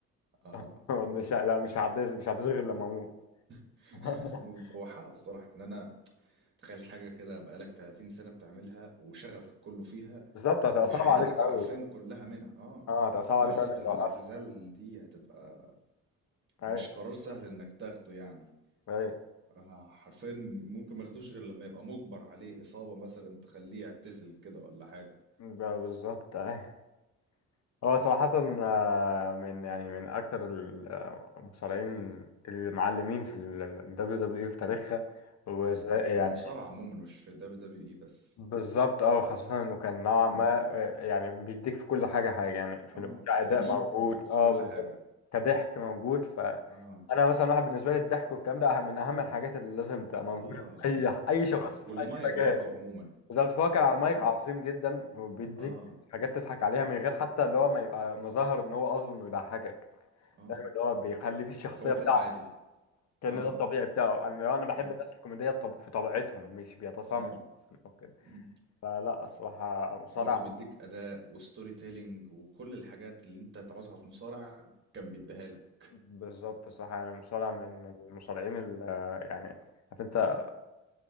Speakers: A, on the right; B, on the left.
A: اه
B: <laughs> هو مش ه- لا مش هعديها مش هعديها غير لما اموت
A: <laughs>
B: <laughs>
A: هو حقه الصراحه ان انا تخيل حاجة كده بقالك 30 سنة بتعملها وشغفك كله فيها
B: بالظبط هتبقى
A: وحياتك
B: صعبة عليك قوي
A: حرفيا كلها منها اه
B: اه هتبقى صعبة
A: لحظة
B: عليك قوي انك
A: الاعتزال
B: توقفها
A: دي هتبقى
B: ايوه
A: مش قرار سهل انك تاخده يعني
B: ايوه
A: آه حرفيا ممكن ما ياخدوش غير لما يبقى مجبر عليه إصابة مثلا تخليه يعتزل كده ولا حاجة
B: ب- بالظبط ايوه هو صراحة آه، من يعني من أكتر ال- آه، المصارعين المعلمين في ال WWE في تاريخها وزي
A: اه
B: يعني
A: في المصارعة عموما مش في الدبليو دبليو اي بس
B: بالظبط اه خاصة إنه كان نوعا
A: اه
B: ما آه، يعني بيديك في كل حاجة حاجة يعني في
A: اه
B: كأداء
A: يونيك
B: موجود
A: في
B: اه
A: كل
B: بالظبط
A: حاجة
B: كضحك موجود فأنا
A: اه
B: مثلا واحد بالنسبة لي الضحك والكلام ده أهم- من أهم الحاجات اللي لازم تبقى موجودة
A: اه
B: في أي أي شخص
A: والمايك
B: في أي مكان
A: برضه عموما
B: بالظبط فهو كان على المايك
A: اه
B: عظيم جدا وبيديك
A: اه
B: حاجات تضحك عليها من غير
A: مم.
B: حتى اللي هو ما يبقى مظاهر إن هو قصده إنه يضحكك
A: اه
B: فاهم اللي هو بيخليه في الشخصية
A: هو
B: بتاعته
A: كده عادي
B: كأن
A: اه
B: ده الطبيعي بتاعه أنا لو أنا بحب
A: اه
B: الناس الكوميدية الطب- في طبيعتهم مش بيتصنع
A: اه
B: مثلا أو كده
A: مم.
B: فلا الصراحة مصارع
A: وبرضه بيديك اداء وستوري تيلينج وكل الحاجات اللي انت تعوزها في مصارع كان بيديها لك
B: بالظبط الصراحة يعني مصارع من المصارعين اللي يعني عارف أنت